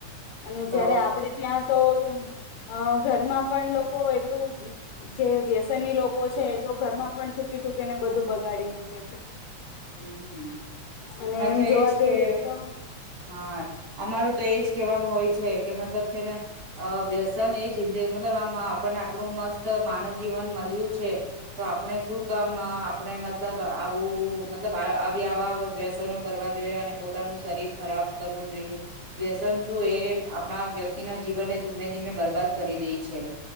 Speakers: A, on the left; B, on the right.
A: અને
B: તો
A: જયારે આપડે ત્યાં તો અ ઘરમાં પણ લોકો એટલું જે વ્યસનની લોકો છે એ તો ઘરમાં પણ થૂકી <unintelligible> બધું બગાડી મૂકે છે.
B: હમ.
A: અને
B: મે
A: એમ
B: તો
A: જોવા
B: એજ
A: જઈએ
B: કે
A: તો
B: હા અમારું તો એજ કેવાનું હોય છે કે મતલબ જેને અ વ્યસન એ જિંદગ મતલબ આમ આપણને આટલું મસ્ત માનવ જીવન મલ્યું છે. આપણે શું કામ આપણે મતલબ આવું મતલબ આવી આવા કરવા જોઈએ. અને પોતાનું શરીર ખરાબ કરવું જોઈએ. વ્યસન શું એ આપણા વ્યક્તિના જીવનને ધીમે ધીમે બરબાદ કરી દેઈ છે.